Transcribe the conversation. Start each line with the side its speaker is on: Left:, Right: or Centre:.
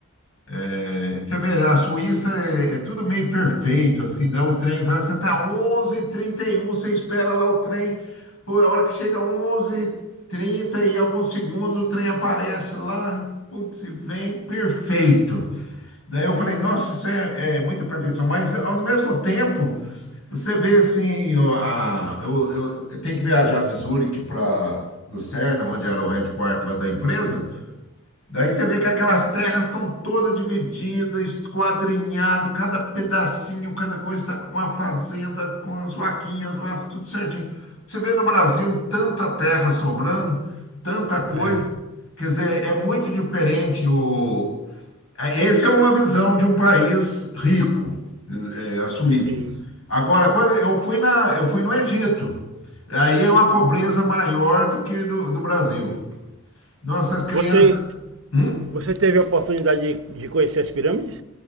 Left: É, você vê, na Suíça é, é tudo meio perfeito, assim, dá o trem, fala, você tá 11h31, você espera lá o trem, pô, é a hora que chega 11h30 e trinta e alguns segundos, o trem aparece lá, putz, e vem perfeito. Daí eu falei, nossa, isso é, é muita perfeição, mas ao mesmo tempo, você vê assim, ó, a, eu, eu, eu tenho que viajar de Zurique para Lucerna, onde era o headquarter lá da empresa, Daí você vê que aquelas terras estão todas divididas, esquadrinhadas, cada pedacinho, cada coisa está com uma fazenda, com as vaquinhas lá, tudo certinho. Você vê no Brasil tanta terra sobrando, tanta coisa.
Right: É,
Left: Quer dizer, é muito diferente o... Essa é uma visão de um país rico, é, a Suíça.
Right: sim.
Left: Agora, quando eu fui na, eu fui no Egito, aí é uma pobreza maior do que do, do Brasil. Nossas crianças...
Right: Você,
Left: Hum?
Right: você teve a oportunidade de, de conhecer as pirâmides?